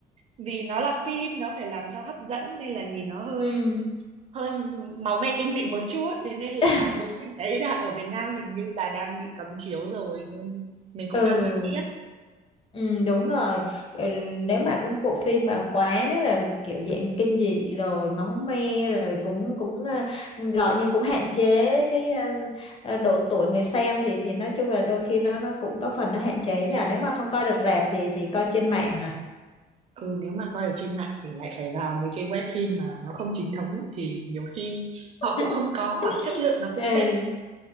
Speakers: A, on the right; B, on the left.
A: vì nó là phim nó phải làm cho hấp dẫn nên là nhìn nó hơi
B: ừ
A: hơi máu me kinh dị một chút thế nên là
B: <laughs>
A: bộ phim đấy là ở Việt Nam hình như là đang bị cấm chiếu rồi nên mình cũng
B: ừ
A: đang hơi tiếc.
B: Ừ, đúng rồi Ừ, nếu mà cái bộ phim mà quá là kiểu dạng kinh dị rồi máu me rồi cũng cũng ờ, gọi như cũng hạn chế cái ờ, ờ, độ tuổi người xem thì thì nói chung là đôi khi nó nó cũng có phần nó hạn chế nhờ nếu mà không coi được rạp thì thì coi trên mạng hả
A: ừ nếu mà coi ở trên mạng thì lại phải vào mấy cái web phim mà nó không chính thống ấy, thì nhiều khi
B: <laughs>
A: họ cũng không có hoặc chất lượng nó cũng
B: ừ
A: tệ